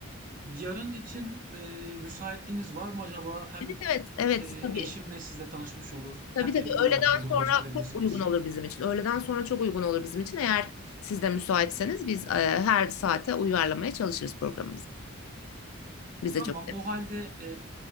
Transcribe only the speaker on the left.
Evet, evet, evet.
Tabii
Tabii tabii
öğleden
sonra
çok uygun olur bizim için. Öğleden sonra çok uygun olur bizim için. Eğer siz de müsaitseniz biz e, her saate uyarlamaya çalışırız programımızı. Biz
de çok de.